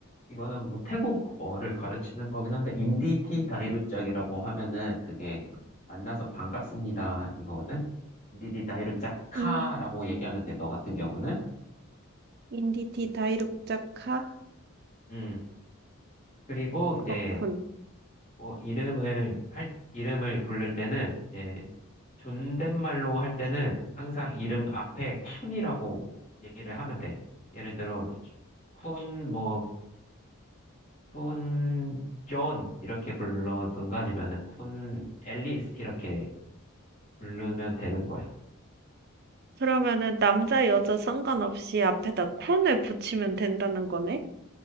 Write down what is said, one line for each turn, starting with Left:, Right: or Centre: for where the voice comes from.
Left: 이거는 뭐 태국어를 가르치는 거긴 한데 인디티 다이루짝이라고 하면은 그게 만나서 반갑습니다 이거거든. 인디티 다이루짝카라고
Right: 인,
Left: 얘기하면 돼. 너 같은 경우는.
Right: 인디티 다이룩자카?
Left: 음. 그리고
Right: 그렇군.
Left: 이제 뭐 이름을 할 이름을 부를 때는 이제 존댓말로 할 때는 항상 이름 앞에 쿤이라고 얘기를 하면 돼. 예를 들어 쿤 뭐 쿤 존 이렇게 부르든가 아니면은 쿤 앨리스 이렇게 부르면 되는 거야.
Right: 그러면은 남자 여자 상관없이 앞에다 쿤을 붙이면 된다는 거네?